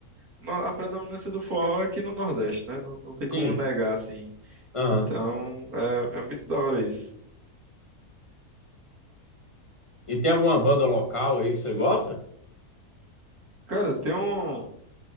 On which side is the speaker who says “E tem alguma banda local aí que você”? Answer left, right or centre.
Left